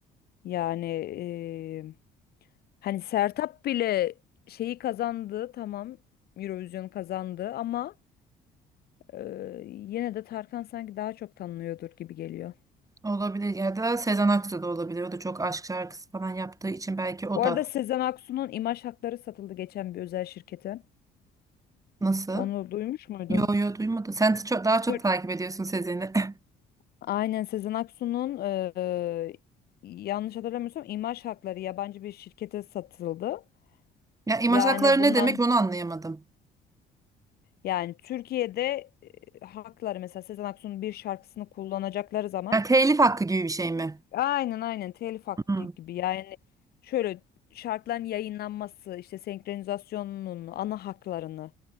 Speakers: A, on the left; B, on the right.
A: Yani e, hani Sertab bile şeyi kazandı tamam Eurovision kazandı ama Ee, yine de Tarkan sanki daha çok tanınıyordur gibi geliyor.
B: olabilir ya da Sezen Aksu da olabilir. O da çok aşk şarkısı falan yaptığı için belki o
A: Bu arada
B: da
A: Sezen Aksu'nun imaj hakları satıldı geçen bir özel şirkete.
B: nasıl?
A: Onu duymuş muydun?
B: Yo yo duymadım. Sen çok, daha çok
A: Tür-
B: takip ediyorsun Sezen'i. <laughs>
A: Aynen Sezen Aksu'nun e, yanlış hatırlamıyorsam imaj hakları yabancı bir şirkete satıldı.
B: Ya imaj
A: Yani
B: hakları
A: bundan
B: ne demek onu anlayamadım.
A: yani Türkiye'de e, hakları mesela Sezen Aksu'nun bir şarkısını kullanacakları zaman
B: Ya telif hakkı gibi bir şey mi?
A: Aynen aynen telif hakkı
B: Hı.
A: gibi yani şöyle şarkıların yayınlanması işte senkronizasyonunun ana haklarını